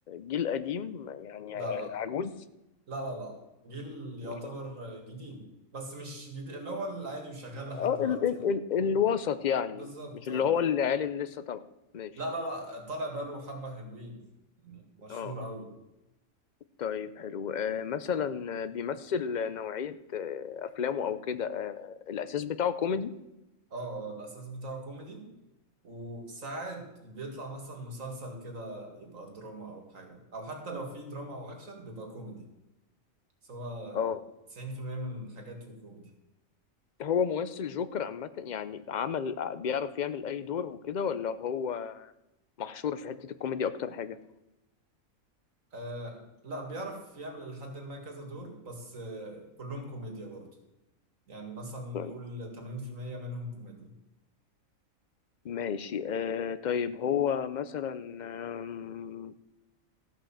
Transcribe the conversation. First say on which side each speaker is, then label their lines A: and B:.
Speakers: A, on the left; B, on the right.
A: جيل قديم يعني
B: لا لا
A: عجوز
B: لا لا لا جيل يعتبر
A: مش عجوز.
B: جديد بس مش جديد اللي هو العادي وشغال لحد
A: اه
B: دلوقتي
A: ال ال
B: يعني
A: ال الوسط يعني
B: بالظبط
A: مش اللي
B: آه.
A: هو العيال اللي لسه طالعه ماشي
B: لا لا لا طالع بقاله حبة حلوين يعني مشهور
A: اه
B: أوي
A: طيب حلو آه مثلا بيمثل نوعية آه أفلامه أو كده آه الأساس بتاعه كوميدي
B: اه اه الأساس بتاعه كوميدي وساعات بيطلع مثلا مسلسل كده يبقى دراما أو حاجة أو حتى لو في دراما أو أكشن بيبقى كوميدي سواء
A: اه
B: 90% من حاجاته كوميدي
A: هو ممثل جوكر عامة يعني عمل بيعرف يعمل أي دور وكده ولا هو محشور في حتة الكوميدي أكتر حاجة
B: آه لا بيعرف يعمل لحد ما كذا دور بس آه كلهم كوميديا برضه يعني مثلا نقول
A: طيب
B: 80% منهم كوميديا
A: ماشي آه طيب هو مثلا آم،